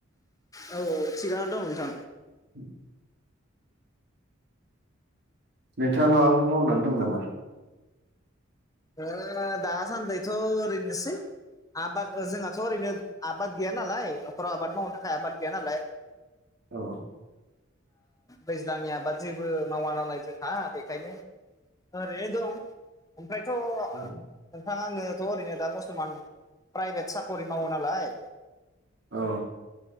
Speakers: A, on the left; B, on the right.
A: औ औ थिगानो दं नोंथां।
B: <inaudible> नोंथाङा माबाफोर मावनानै दं नामा?
A: ओ दासान्दिथ ओरैनोसै आबाद जोंहाथ' ओरैनो आबाद गैया नालाय न'खराव आबाद मावनो थाखाय आबाद गैया नालाय <inaudible>
B: औ
A: दैज्लांनि आबाद जेबो मावा नालाय जोंहा बेखायनो ओरैनो दं। बेमथ'
B: <inaudible>
A: नोंथाङा आंनोथ' ओरैनो दा बरथ'मान प्राइभेट साख'रि मावो नालाय
B: औ